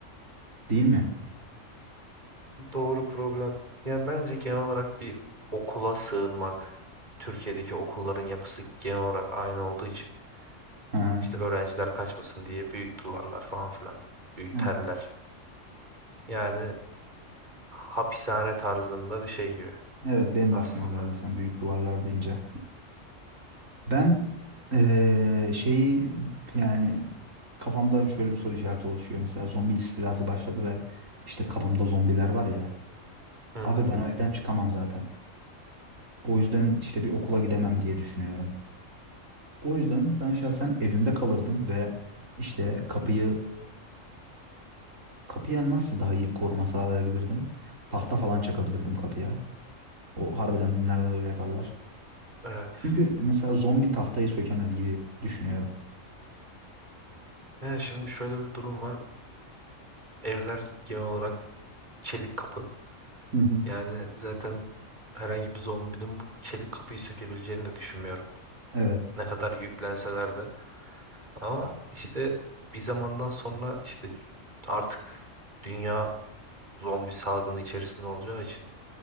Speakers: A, on the right; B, on the right.
A: Değil mi?
B: Doğru problem. Yani bence genel olarak bir okula sığınmak. Türkiye'deki okulların yapısı genel olarak aynı olduğu için
A: Hı hı.
B: işte öğrenciler kaçmasın diye büyük duvarlar falan filan. Büyük
A: Evet.
B: teller. Yani hapishane tarzında bir şey gibi
A: Evet benim
B: aslında.
A: de aklıma o geldi sen büyük duvarlar deyince. Ben eee, şeyi yani kafamda şöyle bir soru işareti oluşuyor. Mesela zombi istilası başladı ve işte kafamda zombiler var ya.
B: Hı
A: Abi
B: hı.
A: ben o evden çıkamam zaten. O yüzden işte bir okula gidemem diye düşünüyorum. O yüzden ben şahsen evimde kalırdım ve işte kapıyı kapıya nasıl daha iyi bir koruma sağlayabilirdim? Tahta falan çakabilirdim kapıya. O harbiden filmlerde de öyle yaparlar.
B: Evet.
A: Çünkü mesela zombi tahtayı sökemez gibi düşünüyorum.
B: Yani şimdi şöyle bir durum var. Evler genel olarak çelik kapı.
A: Hı hı.
B: Yani zaten herhangi bir zombinin bu çelik kapıyı sökebileceğini de düşünmüyorum.
A: Evet.
B: Ne kadar yüklenseler de. Ama işte bir zamandan sonra işte artık dünya zombi salgını içerisinde olacağı için